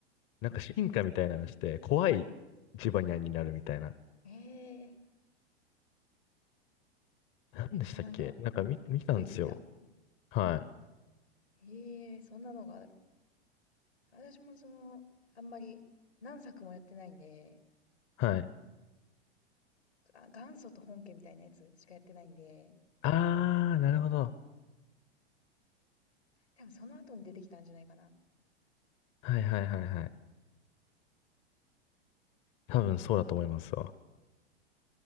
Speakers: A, on the left (about 40°); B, on the left (about 85°).
A: なんか進化みたいなのして、怖いジバニャンになるみたいな。
B: ええ。
A: なんでしたっけなんか見、
B: あ、なんか
A: 見たんですよ。
B: 出てきた。
A: はい。
B: へえ、そんなのがある。私もその、あんまり何作もやってないんで、
A: はい。
B: あ、元祖と本家みたいなやつしかやってないんで、
A: あー、なるほど。
B: 多分その後に出てきたんじゃないかな。
A: はいはいはいはい。多分そうだと思いますわ。